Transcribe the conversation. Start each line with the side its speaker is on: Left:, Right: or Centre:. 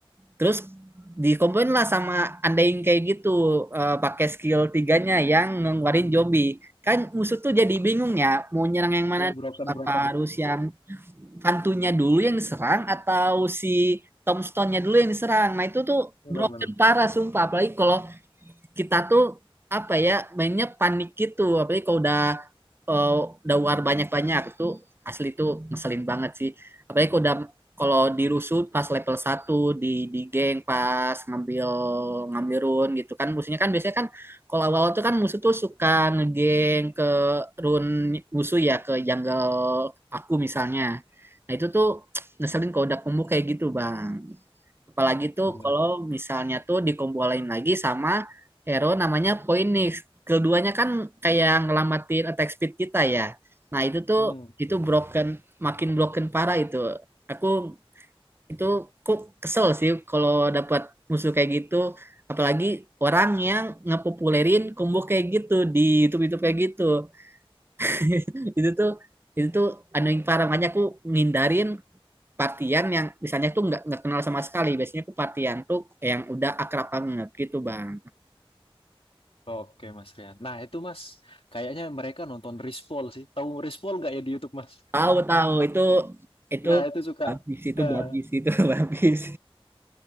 Right: terus dikomplain lah sama andain kayak gitu eh, pakai skill tiganya yang ngeluarin zombie kan musuh tuh jadi bingung ya mau nyerang yang mana
Left: Iya broken
Right: apa
Left: broken.
Right: harus yang hantunya dulu yang diserang atau si tombstone-nya dulu yang diserang nah itu tuh
Left: Benar
Right: broken
Left: benar.
Right: parah sumpah apalagi kalau kita tuh apa ya mainnya panik gitu apalagi kalau udah eh, udah war banyak-banyak itu asli itu ngeselin banget sih apalagi kalau udah kalau dirusuh pas level satu di di geng pas ngambil ngambil run gitu kan musuhnya kan biasanya kan kalau awal tuh kan musuh tuh suka ngegeng ke run musuh ya ke jungle aku misalnya nah itu tuh <tsk> ngeselin kalau udah kumpul kayak gitu bang Apalagi tuh
Left: Benar.
Right: kalau misalnya tuh dikumpulin lagi sama hero namanya Phoenix. Keduanya kan kayak ngelambatin attack speed kita ya. Nah itu tuh
Left: Hmm.
Right: itu broken makin broken parah itu. Aku itu kok kesel sih kalau dapat musuh kayak gitu. Apalagi orang yang ngepopulerin combo kayak gitu di YouTube-YouTube kayak gitu. <laughs> Itu tuh itu tuh anu parah makanya aku ngindarin partian yang misalnya tuh nggak nggak kenal sama sekali biasanya tuh partian tuh yang udah akrab banget gitu bang
Left: Oke Mas Rian. Nah itu Mas, kayaknya mereka nonton Rispol sih. Tahu Rispol nggak ya di YouTube Mas?
Right: tahu tahu itu itu
Left: Nah itu suka,
Right: habis itu
Left: eh,
Right: habis itu <laughs> habis